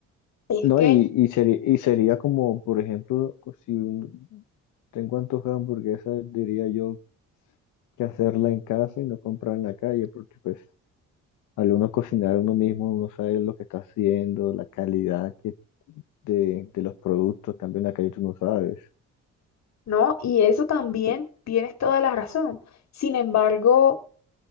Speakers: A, on the left; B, on the left.
A: Es
B: No,
A: que,
B: y, y, seri- y sería como, por ejemplo, co- si un- tengo antojo de hamburguesa, diría yo que hacerla en casa y no comprar en la calle, porque pues Al uno cocinar uno mismo, uno sabe lo que está haciendo, la calidad que de, de los productos, En cambio en la calle tú no sabes.
A: ¿no? Y eso también tienes toda la razón. Sin embargo,